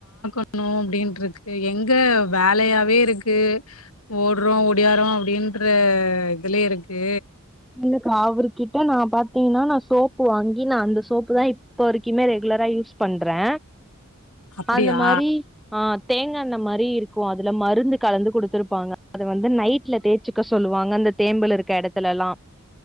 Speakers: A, on the left; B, in the centre.
A: ணு அப்டீன்ட்ருக்கு எங்க வேலையாவே இருக்கு ஓட்றோ ஒடியாரோ அப்டின்ற இதுலயேருக்கு
B: இல்லக்கா அவர்கிட்ட நா பாத்தீங்னா நா சோப்பு வாங்கி நா அந்த சோப்பு தா இப்ப வரைக்குமே ரெகுலரா யூஸ் பண்றே
A: அப்டியா
B: அந்த மாரி ஆஹ் தேங் க அந்த மாரி இருக்கு அதுல மருந்து கலந்து குடுத்துருப்பாங்க அத வந்து நைட்ல தேச்சுக்க சொல்லுவாங்க அந்த தேம்பல் இருக்க எடத்துல எல்லா